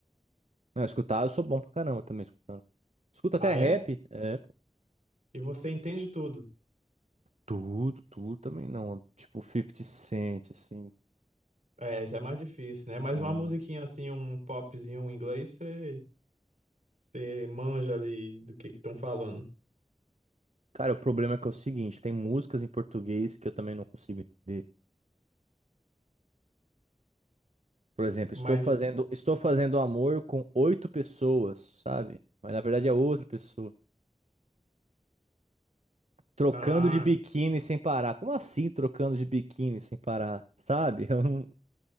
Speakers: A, on the right; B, on the right.
A: Não, escutar, eu sou bom pra caramba também escutando. Escuto
B: Ah,
A: até rap.
B: é?
A: é,
B: E você entende tudo.
A: tudo, tudo também não. Tipo, 50 Cent, assim.
B: É, já é mais difícil, né? Mas
A: não.
B: uma musiquinha assim, um popzinho em inglês, você, você manja ali do que que estão falando.
A: Cara, o problema é que é o seguinte, tem músicas em português que eu também não consigo entender. Por exemplo,
B: Mas,
A: estou fazendo, estou fazendo amor com oito pessoas, sabe? Mas na verdade é outra pessoa. Trocando
B: ah,
A: de biquíni sem parar. Como assim trocando de biquíni sem parar? Sabe? <laughs> Eu não-